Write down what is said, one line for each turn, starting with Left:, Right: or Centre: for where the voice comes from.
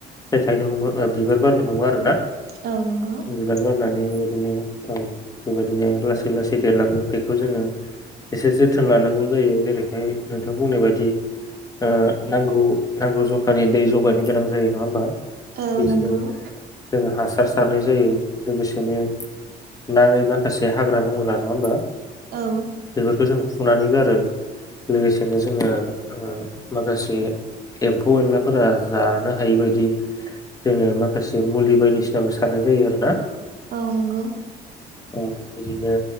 Left: फिथाइ थायनो हमो बिबार बारनो हमो आरो ना।
Right: औ नंगौ
Left: बिबार बारनानै बि बिदिनो औ बेबायदिनो लासै लासै देरलाङो बि बेखौ जोङो एसे जोथोन लानांगौ जायो जेरैहाय नोंथां बुंनाय बायदि ओ नांगौ नांगौ जखानि दै जगायनो गोनां जायो नङा होमबा?
Right: औ
Left: बिदिनो
Right: नंगौ
Left: जोङो हास हासार सारनाय जायो लोगोसेनो नाङै माखासे हाग्रा बंग्रा नङा होमबा?
Right: औ
Left: बेफोरखौ जों फुनानै गारो लोगोसेनो जोङो ओ माखासे एम्फौ एनलाफोरा जानो हायि बायदि जोङो माखासे मुलि बायदिसिनाबो सारनाय जायो आरोना?
Right: औ नंगौ।
Left: ओ बिदिनो